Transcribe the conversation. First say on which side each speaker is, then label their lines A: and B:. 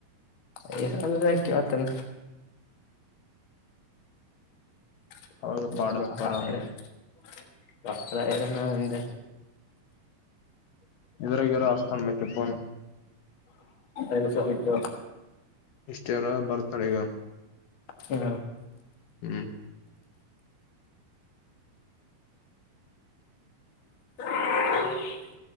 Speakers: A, on the left; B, on the left.
A: ಅಯ್ಯ ಅಂದಕ ಮತ್ತನಾ <unintelligible>
B: ಅವಾಗ ಪಾಡತ್ ಪರಾಮ
A: ಪ್ರರ ನ ಎಂದ
B: ಎದುರಗೆರೋ ಆಸ್ನ ಮ ತಪ್ಪನು
A: ಎಲ್ಲ ಸಿತು
B: ಇಷ್ಟ ಯಾರ ಬರ್ತಾಳ ಈಗ
A: ಹ್ಮ
B: ಹ್ಮ್
A: <unintelligible>